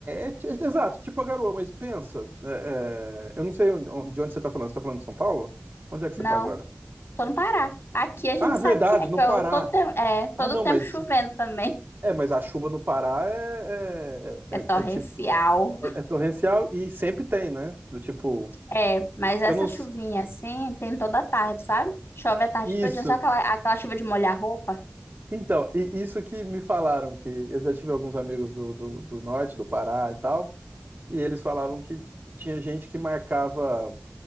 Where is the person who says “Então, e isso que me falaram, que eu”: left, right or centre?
Right